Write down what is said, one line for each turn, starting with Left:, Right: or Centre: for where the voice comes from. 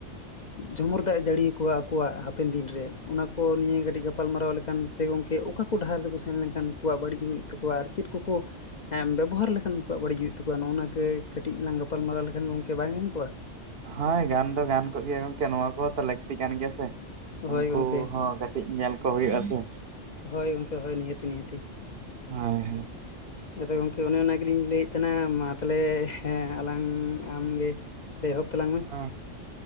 Left: ᱡᱷᱚᱢᱩᱨ ᱫᱟᱜ ᱮ ᱡᱟᱹᱲᱤᱭᱟᱚᱣᱟ ᱟᱠᱚᱣᱟᱜ ᱦᱟᱯᱮᱱ ᱫᱤᱱ ᱨᱮ ᱚᱱᱟ ᱠᱚ ᱱᱤᱭᱟᱹ ᱠᱟᱹᱴᱤᱡ ᱜᱟᱯᱟ ᱜᱟᱯᱟᱞᱢᱟᱨᱟᱣ ᱞᱮᱠᱷᱟᱱ ᱥᱮ ᱜᱚᱝᱠᱮ ᱚᱠᱟ ᱠᱚ ᱰᱟᱦᱟᱨ ᱛᱮᱠᱚ ᱥᱮᱱ ᱞᱮᱱᱠᱷᱟᱱ ᱩᱱᱠᱩᱣᱟᱜ ᱵᱟᱹᱲᱤᱡ ᱦᱩᱭᱩᱜ ᱛᱟᱠᱚᱣᱟ ᱟᱨ ᱪᱮᱫ ᱠᱚ ᱦᱮᱸ ᱵᱮᱵᱚᱦᱟᱨ ᱞᱮᱠᱷᱟᱱ ᱩᱱᱠᱩᱣᱟᱜ ᱵᱟᱹᱲᱤᱡ ᱦᱩᱭᱩᱜ ᱛᱟᱠᱚᱣᱟ ᱱᱚᱜᱼᱚᱱᱟ ᱜᱮ ᱠᱟᱹᱴᱤᱡ ᱞᱟᱝ ᱜᱟᱯᱟᱞᱢᱟᱨᱟᱣ ᱞᱮᱠᱷᱟᱱ ᱜᱚᱝᱠᱮ ᱵᱟᱝ ᱜᱟᱱ ᱠᱚᱜᱼᱟ
Right: ᱦᱳᱭ ᱜᱟᱱ ᱫᱚ ᱜᱟᱱ ᱠᱚᱜ ᱜᱮᱭᱟ ᱜᱚᱝᱠᱮ ᱱᱚᱣᱟ ᱠᱚ ᱦᱚᱸ ᱞᱟᱹᱠᱛᱤ ᱠᱟᱱ ᱜᱮᱭᱟ ᱥᱮ ᱩᱱᱠᱩ
Left: ᱦᱳᱭ ᱜᱚᱝᱠᱮ
Right: ᱦᱚᱸ ᱠᱟᱹᱴᱤᱡ ᱧᱮᱞ ᱠᱚ ᱦᱩᱭᱩᱜᱼᱟ ᱥᱮ
Left: ᱦᱳᱭ ᱜᱚᱝᱠᱮ ᱦᱳ ᱱᱤᱦᱟᱹᱛᱤ ᱱᱤᱦᱟᱹᱛᱤ
Right: ᱦᱮᱭ ᱦᱮᱸ
Left: ᱟᱫᱚ ᱜᱚᱢᱠᱮ ᱚᱱᱮ ᱚᱱᱟ ᱜᱮᱞᱤᱧ ᱞᱟᱹᱭᱮᱫ ᱛᱟᱦᱮᱱᱟ ᱢᱟ ᱛᱟᱦᱚᱞᱮ ᱦᱮᱸ ᱟᱞᱟᱝ ᱟᱢ ᱜᱮ ᱛᱟᱦᱞᱮ ᱮᱦᱚᱵ ᱛᱟᱞᱟᱝ ᱢᱮ᱾
Right: ᱚ